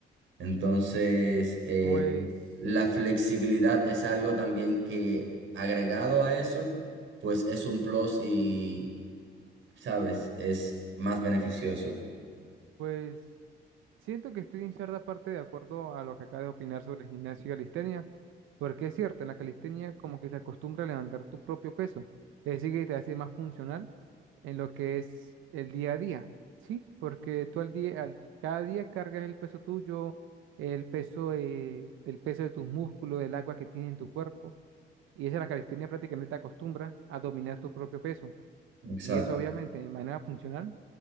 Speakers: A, on the right (about 75°); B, on the right (about 85°).
A: Entonces, eh,
B: Pues,
A: la flexibilidad es algo también que agregado a eso, pues es un plus y, ¿sabes? Es más beneficioso.
B: pues, siento que estoy en cierta parte de acuerdo a lo que acabas de opinar sobre el gimnasio y calistenia, porque es cierto, en la calistenia como que se acostumbra a levantar tu propio peso, es decir, que te hace más funcional en lo que es el día a día, ¿sí? Porque tú al día, al- cada día cargas el peso tuyo, el peso, eh, el peso de tus músculos, el agua que tiene en tu cuerpo. Y esa la calistenia prácticamente te acostumbra a dominar tu propio peso.
A: Exacto.
B: Y eso obviamente de manera funcional